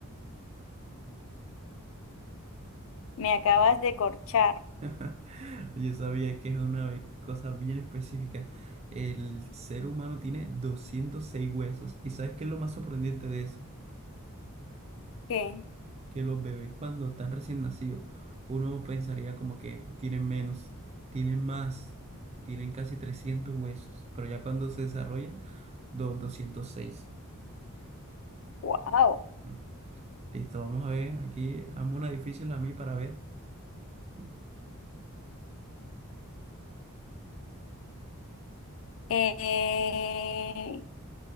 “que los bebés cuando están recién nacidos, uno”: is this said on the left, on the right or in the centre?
Right